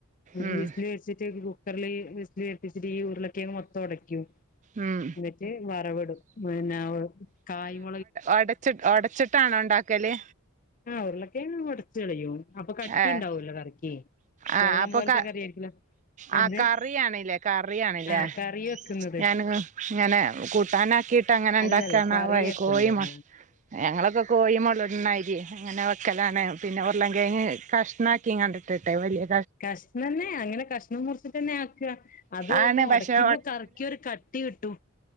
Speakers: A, on the left; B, on the right.
A: <unintelligible>
B: ഉം
A: കുക്കർല് വിസിൽ കേപ്പിച്ചിട്ട് ഈ ഉരുളക്കെഴങ്ങ് മൊത്തം ഒടക്കും
B: ഉം
A: ന്നിറ്റ് വറവ് ഇടും പിന്ന കായും
B: ഒടച്ച് ഒടച്ചിട്ടാണോ ഒണ്ടാക്കല്
A: ആഹ് ഉരുളക്കിഴങ്ങ് ഒടച്ച് കളയും അപ്പൊ കട്ടി
B: ഏഹ്
A: ഉണ്ടാവൂല്ലോ കറിക്ക്
B: ആഹ്
A: വെള്ളം
B: അപ്പോ
A: പോലത്തെ
B: ക
A: കറി ആയിരിക്കൂല
B: ആ
A: എന്ത്
B: കറിയാണ്ല്ലെ കറിയാണ്ല്ലെ
A: ആഹ് കറി വെക്കുന്നത്
B: ഞാന് ഞാന് കൂട്ടാനാക്കീട്ട് അങ്ങനെ ഇണ്ടാക്കാ
A: അല്ലല്ല
B: <unintelligible>
A: കറിയാക്കുന്നത്
B: കോയി മൊ ഞങ്ങളൊക്കെ കോയി <unintelligible> ക്കലാണ് പിന്ന ഉരുളൻകെഴങ്ങ് കഷ്ണാക്കീം കണ്ട് ഇട്ടിട്ടെ വലിയെ
A: കഷ്ണെന്നെ അങ്ങനെ കഷ്ണം മുറിച്ചിട്ടെന്നെ ആക്കുവ അത്
B: ആണ്
A: ഒന്ന്
B: പക്ഷെ
A: ഒടയ്ക്കുമ്പോ കറി ക്കൊരു കട്ടി കിട്ടും